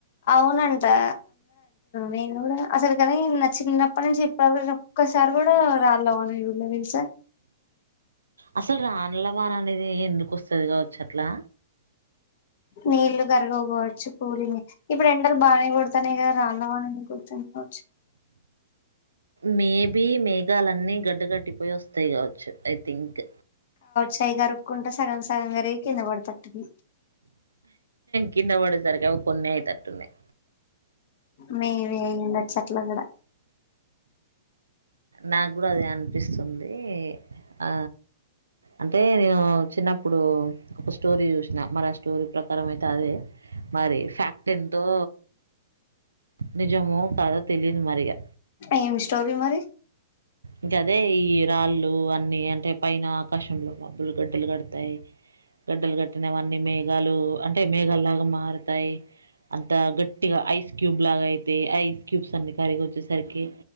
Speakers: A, on the left (about 55°); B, on the right (about 80°).
A: అవునంటా నేను కూడా అసలు కాని నచ్చి చిన్నప్పటి నుంచి ఇప్పుటిరి ఒక్కసారి కూడా రాళ్లోవాను చుడ్లే తెలుసా
B: అసలు రాన్ల వార అనేది ఎందుకు వస్తది కావచ్చు అట్లా
A: నీళ్లుగా వచ్చు కూలింగ్ ఇప్పుడు ఎండలు బాగానే కొడతాన్నాయి కదా రాన్న వా కొడుతు కావచ్చు
B: మేబి మేఘాలన్నీ గడ్డ గట్టిపోయి వస్తాయి కావచ్చు ఐ థింక్
A: చయి కరుక్కుంటా సగం సగం గారి కింద పడుతట్ది
B: కింద పడేసరికి అవి కొన్ని అయి తట్టున్నాయి
A: మేవే అయ్యండ వచ్చ అట్ల కూడా
B: నాకు కూడా అది అనిపిస్తుంది ఆ అంటే నేను చిన్నప్పుడు ఒక స్టోరీ చూసినా మరి ఆ స్టోరీ ప్రకారం అయితే అదే మరి ఫ్యాక్ట్ ఎంతో నిజము కాద తెలీదు మరిగా
A: ఏం స్టోరీ మరి
B: గాదె ఇంకా అదే ఈ రాళ్ళు అన్ని అంటే పైన ఆకాశంలో మబ్బులు గడ్డలు కడతాయి గడ్డలు కట్టినవన్నీ మేఘాలు అంటే మేఘాలు లాగా మారుతాయి అంత గట్టిగా ఐస్ క్యూబ్ లాగా అయితే ఐస్ క్యూబ్స్ అన్ని కరిగి వచ్చేసరికి